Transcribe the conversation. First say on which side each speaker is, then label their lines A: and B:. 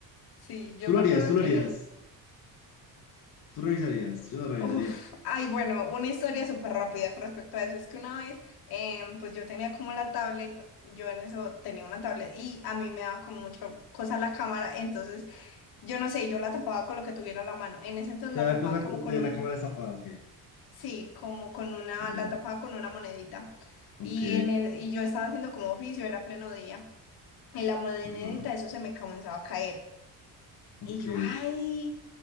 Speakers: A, on the left; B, on the left.
A: Sí, yo
B: Tú lo
A: me
B: harías,
A: acuerdo
B: tú lo
A: que.
B: harías. Tú revisarías. Yo no revisaría.
A: Uf, ay, bueno, una historia súper rápida con respecto a eso. Es que una vez, em, pues yo tenía como la tablet, yo en eso tenía una tablet y a mí me daba como mucha cosa la cámara, entonces yo no sé, yo la tapaba con lo que tuviera a la mano. En ese entonces
B: Te
A: la
B: da
A: tapaba
B: cosa,
A: como con
B: te,
A: un
B: la cámara destapada, ok.
A: Sí, como con una,
B: Ya,
A: la tapaba con una monedita.
B: ok.
A: Y, en el- y yo estaba haciendo como oficio, era pleno día. Y la monedita,
B: Ajá,
A: eso se me comenzaba a caer.
B: ok.
A: Y yo, ay,